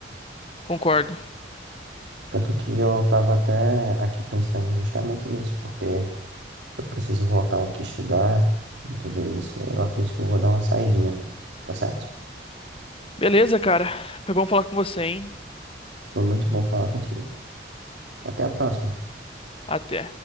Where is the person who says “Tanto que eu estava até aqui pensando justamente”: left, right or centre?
Right